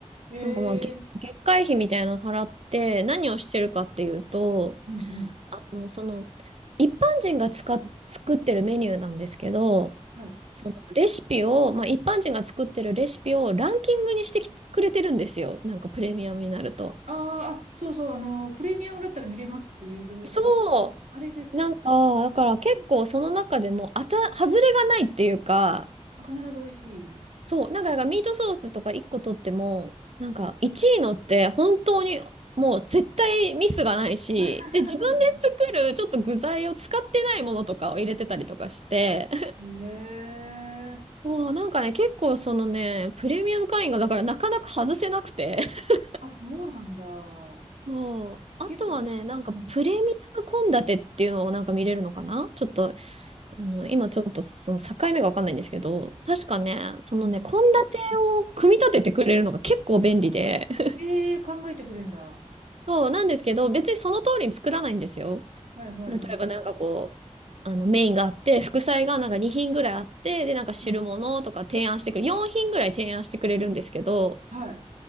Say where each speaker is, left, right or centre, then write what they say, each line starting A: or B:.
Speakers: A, on the right (about 85°); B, on the right (about 60°).
A: え
B: なんかまあ、月、
A: ー、
B: 月会費みたいなの払って、何をしてるかっていうと、
A: うんうん。
B: あの、その、一般人が使っ、作ってるメニューなんですけど、
A: はい。
B: そのレシピを、まあ、一般人が作ってるレシピをランキングにしてきくれてるんですよ。なんかプレミアムになると。
A: あーあ、そうそう、あの、プレミアムだったら見れますっていう情報と、
B: そ
A: うんあれですかね。
B: う。なんか、だから結構その中でも、あた、外れがないっていうか、
A: 必ず美味しい。
B: そう。なんか、だからミートソースとか1個取っても、なんか1位のって本当にもう絶対ミスがないし、
A: うん <laughs>
B: で、自分で作るちょっと具材を使ってないものとかを入れてたりとかして、
A: へえ。
B: そう、なんかね、結構そのね、プレミアム会員がだからなかなか外せなくて。<laughs>
A: あ、そうなんだ。
B: そう。あとはね、
A: 結構。
B: なんかプレミアム献立っていうのをなんか見れるのかなちょっと、
A: うん
B: あの、今ちょっとその境目がわかんないんですけど、確かね、そのね、
A: うんうん
B: 献立を組み立ててくれるのが結構便利で。<laughs>
A: えー考えてくれんだ。
B: そう、なんですけど、別にその通りに作らないんですよ。
A: はいはいはい。
B: 例えばなんかこう、あのメインがあって、副菜がなんか2品ぐらいあって、で、なんか汁物とか提案してくれる、
A: うん
B: 4品ぐらい提案してくれるんですけど、
A: はい。